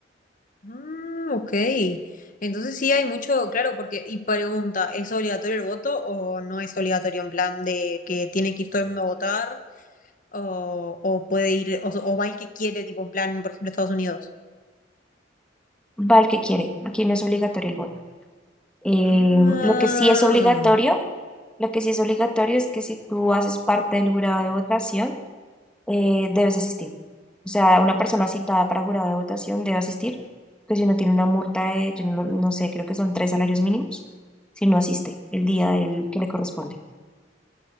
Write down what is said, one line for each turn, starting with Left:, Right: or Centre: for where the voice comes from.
Left: Ah, ok. Entonces sí hay mucho, claro, porque, y pregunta, ¿es obligatorio el voto o no es obligatorio en plan de que tiene que ir todo el mundo a votar o, o puede ir, o, o va el que quiere, tipo en plan, por ejemplo, Estados Unidos?
Centre: Va el que quiere, aquí no es obligatorio el voto. Eh,
Left: Ah,
Centre: lo que sí es obligatorio, lo que sí es obligatorio es que si tú haces parte del jurado de votación, eh, debes asistir. O sea, una persona citada para jurado de votación debe asistir, pues si no tiene una multa de, yo no, no sé, creo que son tres salarios mínimos, si no asiste el día del que le corresponde.